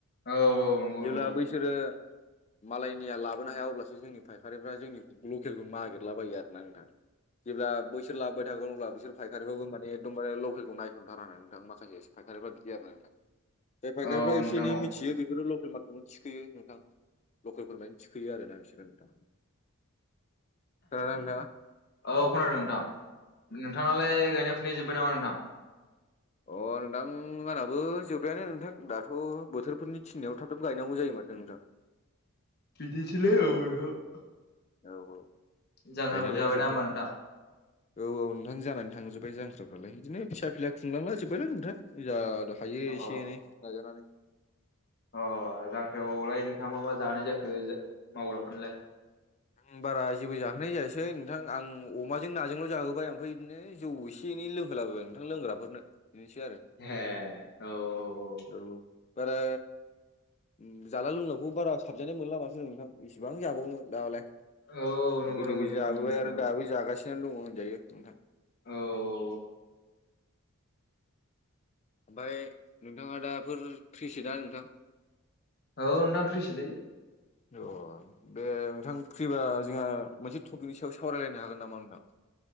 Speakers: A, on the left; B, on the left.
A: औ औ नंगौ
B: जेब्ला
A: नंगौ
B: बै बिसोरो मालायनिया लाबोनो हाया अब्लासो जोंनि फायखारिफ्रा जोंनि लकेलखौ नागिरलाबायो आरोना नोंथां। ओ जेब्ला बैसोर लाबोबाय थागोन अब्ला बिसोर फायखारिफोराबो माने एकदमबारे लकेलखौ नायस'नथारा नोंथां माखासे फायारिफ्रा बिदि आरो ना नोंथां। जाय फायगारिफ्रा
A: औ
B: एसे
A: नोंथां
B: एनै
A: औ
B: मिथियो बेफोरो लकेल मारक थिखोयो नोंथां लकेलफोरमानि थिखोयो आरोना बिसोरो नोंथां। खोनादोंना नोंथाङा?
A: औ खोनादों नोंथां नोंथाङालाय गायनाय फुनाय जोब्बाय नामा नोंथां।
B: अ नोंथां आंनाबो जोबबायानो नोंथां दाथ' बोथोरफोरनि थिननायाव थाब थाब गायनांगौ जायो माथो नोंथां।
A: बिदिनोसैलै औ नोंथां।
B: औ औ
A: जांख्राफोर
B: गायनायालाय
A: जाबायना
B: जोब्बाय
A: होमबा नोंथां
B: होन औ औ नोंथां जानानै थांजोबबाय जांख्राफ्रालाय बिदिनो फिसा फिला खुंलांलाजोब्बायलै नोंथां। ओ जा हायो
A: अह
B: एसे एनै नाजानानै
A: अ जांख्रायावलाय नोंथाङा मा मा जाहोनाय जाखो मावग्राफोरनोलाय।
B: आं बारा जेबो जाहोनाय जायासै। एै नोंथां आं अमाजों नाजोंल' जाहोबाय ओमफ्राय बिदिनो जौ एसे एनै लोंहोलाबाबाय नोंथां लोंग्राफोरनो। बिदिनोसै आरो।
A: ए औ। औ
B: औ बारा उम जाला लोंलाखौ बारा साबजानाय मोनला माथो नोंथां बिसिबां जाबावनो दालाय।
A: औ औ नंगौ
B: गोदोबो
A: नंगौ नोंथां
B: जाबोबाय
A: नंनायालाय
B: आरो दाबो जागासिनो दङ' होनजायो नोंथां।
A: औ औ औ
B: ओमफाय नोंथाङा दाफोर फ्रिसै दा नोंथां?
A: औ नोंथां फ्रिसोलै।
B: अ दे नोंथां फ्रिबा जोंहा मोनसे टपिकनि सायाव सावरायलाय हागोन नामा नोंथां?